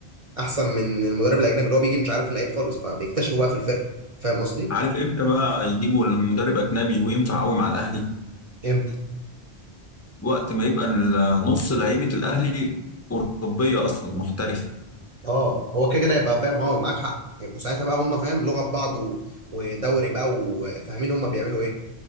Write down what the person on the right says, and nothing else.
احسن من المدرب الاجنبي اللي هو بيجي مش عارف اللعيب خالص فبيكتشفه بقى في الفرقه فاهم قصدي
امتى
اه هو كده كده يبقى فاهم اه معاك حق يبقوا ساعتها بقى هم فاهم لغه ببعض و... ودوري بقى وفاهمين هم بيعملوا ايه